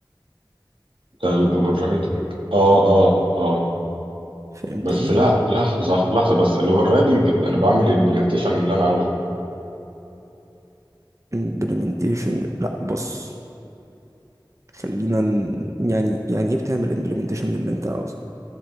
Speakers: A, on the right; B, on the right.
A: ده الاوفر رايدنج اه اه اه
B: فهمتني
A: بس لا لحظه لحظه بس الاوفر رايدنج انا بعمل الامبلمنتيشن اللي انا عاوزه
B: امبلمنتيشن لا بص خلينا ن- يعني يعني ايه بتعمل امبلمنتيشن للي انت عاوزه